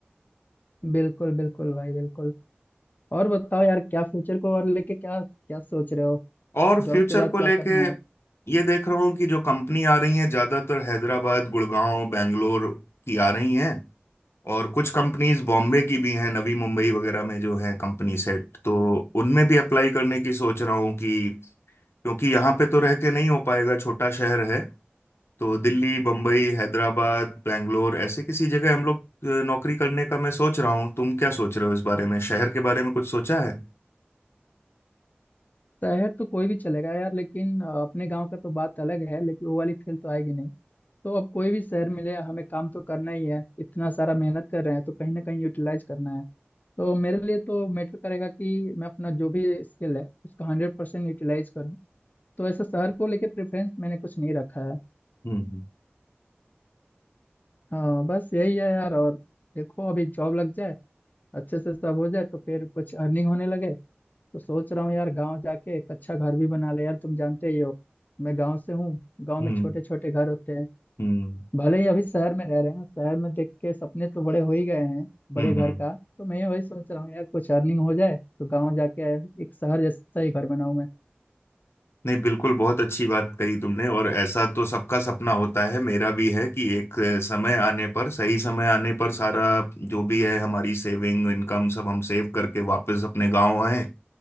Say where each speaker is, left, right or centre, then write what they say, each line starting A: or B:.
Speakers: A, on the left (about 45°); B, on the left (about 80°).
A: बिल्कुल बिल्कुल भाई बिल्कुल और बताओ यार क्या फ्यूचर को और लेके क्या क्या सोच रहे हो
B: और
A: जॉब
B: फ्यूचर
A: के बाद
B: को
A: क्या
B: लेके
A: करना है
B: ये देख रहा हूँ कि जो कंपनी आ रही है ज़्यादातर हैदराबाद गुड़गांव बेंगलोर की आ रही हैं और कुछ कंपनीज बॉम्बे की भी हैं नवी मुंबई वगैरह में जो हैं कंपनी सेट तो उनमें भी अप्लाई करने की सोच रहा हूँ कि क्योंकि यहाँ पे तो रह के नहीं हो पाएगा छोटा शहर है तो दिल्ली बम्बई हैदराबाद बैंगलोर ऐसे किसी जगह हम लोग अ, नौकरी करने का मैं सोच रहा हूँ तुम क्या सोच रहे हो इस बारे में शहर के बारे में कुछ सोचा है
A: शहर तो कोई भी चलेगा यार लेकिन अ, अपने गाँव का तो बात अलग है लेकिन वो वाली फील तो आएगी नहीं। तो अब कोई भी शहर मिले हमें काम तो करना ही है इतना सारा मेहनत कर रहे हैं तो कहीं ना कहीं यूटिलाइज करना है तो मेरे लिए तो मैटर करेगा कि मैं अपना जो भी स्किल है उसका हंड्रेड परसेंट यूटिलाइज करूँ तो ऐसा शहर को लेके प्रेफरेंस मैंने कुछ नहीं रखा है
B: हम्म
A: हाँ बस यही है यार और देखो अभी जॉब लग जाए अच्छे से सब हो जाए तो फिर कुछ अर्निंग होने लगे तो सोच रहा हूँ यार गाँव जाके एक अच्छा घर भी बना ले यार तुम जानते ही हो मैं गाँव से हूँ गाँव
B: हम्म
A: में छोटे छोटे घर होते हैं
B: हम्म
A: भले ही अभी शहर में रह रहे हैं शहर में देख के सपने तो बड़े हो ही गए हैं बड़े
B: हम्म
A: घर
B: हम्म
A: का तो मैं वही सोच रहा हूँ यार कुछ अर्निंग हो जाए तो गांव जाके एक शहर जैसा ही घर बनाऊं मैं
B: नहीं बिल्कुल बहुत अच्छी बात कही तुमने और ऐसा तो सबका सपना होता है मेरा भी है कि एक समय आने पर सही समय आने पर सारा जो भी है हमारी सेविंग इनकम सब हम सेव करके वापस अपने गांव आए